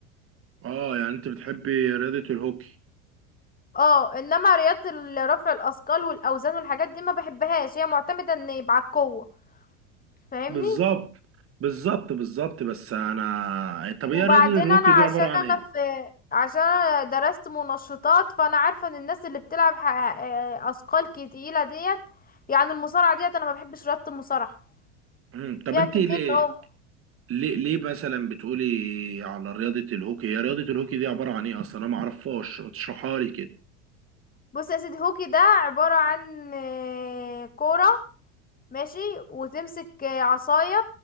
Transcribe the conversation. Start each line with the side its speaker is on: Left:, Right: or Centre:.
Right: اه يعني انت بتحبي رياضة الهوكي
Left: اه انما رياضة ال- رفع الاثقال والاوزان والحاجات دي ما بحبهاش هي معتمدة ان يبقى على القوة فاهمني
Right: بالظبط بالظبط بالظبط بس انا طب
Left: وبعدين
Right: هي رياضة الهوكي
Left: انا عشان
Right: دي عبارة عن
Left: انا
Right: ايه؟
Left: في عشان انا درست منشطات فانا عارفة ان الناس اللي بتلعب ح- آه، اثقال تقيلة ديت يعني المصارعة ديت انا ما بحبش رياضة المصارعة
Right: مم. طب
Left: فيها
Right: انت
Left: كمية
Right: ليه
Left: عمق
Right: ليه ليه مثلا بتقولي على رياضة الهوكي هي رياضة الهوكي دي عبارة عن ايه اصلا انا معرفهاش ما تشرحها لي كده
Left: بص يا سيدي هوكي ده عبارة عن آه، كورة ماشي وتمسك آه، عصاية